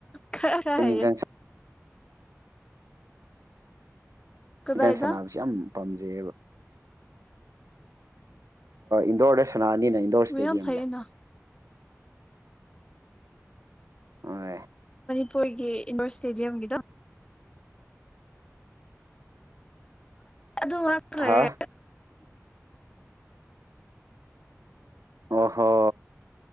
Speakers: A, on the left; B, on the right.
A: ꯈꯔ
B: ꯕꯦꯠꯃꯤꯟꯇꯟ
A: ꯍꯩꯌꯦ ꯀꯗꯥꯏꯗ
B: ꯇꯟ ꯁꯥꯟꯅꯕꯁꯦ ꯌꯥꯝ ꯄꯥꯝꯖꯩꯌꯦꯕ ꯏꯟꯗꯣꯔꯗ ꯁꯅꯥꯅꯤꯅ ꯏꯟꯗꯣꯔ ꯏꯁꯇꯦꯗꯤꯌꯝꯗ
A: ꯍꯣꯏ ꯌꯥꯝ ꯐꯩꯌꯦꯅ
B: ꯍꯣꯏ
A: ꯑꯩꯈꯣꯏꯒꯤ ꯏꯟꯗꯣꯔ ꯏꯁꯇꯦꯗꯤꯌꯝꯒꯤꯗꯣ ꯑꯗꯨ ꯉꯥꯡꯗꯣ ꯂꯣꯢꯔꯦ
B: ꯍꯥ ꯑꯣ ꯍꯣ